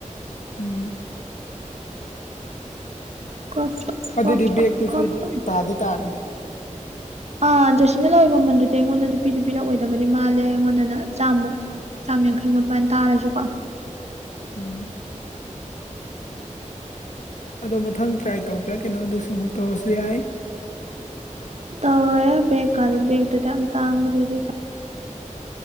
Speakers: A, on the left (about 70°); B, on the right (about 55°).
A: ꯎꯝ
B: ꯀ꯭ꯔꯣꯞ ꯇꯣꯞ
A: ꯑꯗꯨꯗꯤ
B: ꯀ꯭ꯔꯣꯞ
A: ꯕꯦꯛꯇꯨꯁꯨ
B: ꯇꯣꯞ ꯀ꯭ꯔꯣꯞ ꯇꯣꯞ
A: ꯇꯥꯗꯤ ꯇꯥꯅꯤꯅ
B: ꯑꯥ ꯖꯣꯁꯤꯅ ꯂꯧꯏ ꯃꯃꯜꯗꯨꯗꯤ ꯑꯩꯉꯣꯟꯗꯗꯤ ꯄꯤꯗꯨ ꯄꯤꯔꯛꯑꯣꯏꯗꯕꯗꯤ ꯃꯥꯜꯂꯦ ꯑꯩꯉꯣꯟꯗꯅ ꯆꯥꯃꯨꯛ ꯆꯥꯝ ꯌꯥꯡꯈꯩ ꯃꯨꯛ ꯑꯗꯨꯃꯥꯏ ꯇꯥꯔꯁꯨꯀꯣ
A: ꯎꯝ ꯑꯗꯣ ꯃꯊꯪ ꯇ꯭ꯔꯥꯏ ꯇꯧꯕ꯭ꯔꯥ ꯀꯩꯅꯣ ꯑꯗꯨꯁꯨ ꯑꯃꯨꯛ ꯇꯧꯔꯁꯨ ꯌꯥꯏ
B: ꯇꯧꯔꯦ ꯕꯦꯒꯀꯥꯟꯗ ꯕꯦꯛꯇꯨꯗꯤ ꯌꯥꯝ ꯇꯥꯡꯕꯗꯩꯗꯤꯜꯂꯦ